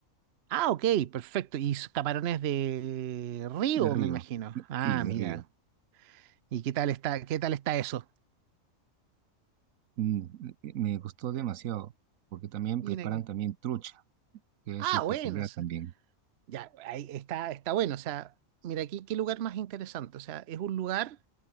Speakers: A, on the right; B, on the right.
A: Ah, ok, perfecto. Y s- camarones de río,
B: de río.
A: me imagino. Ah,
B: Sí, de
A: mira.
B: río.
A: ¿Y qué tal está, qué tal está eso?
B: Mm, eh, me gustó demasiado porque también
A: Mira
B: preparan
A: que.
B: también trucha, que
A: Ah,
B: es su especialidad
A: bueno, o sea,
B: también.
A: ya, ahí está, está bueno. O sea, mira aquí, qué lugar más interesante. O sea, es un lugar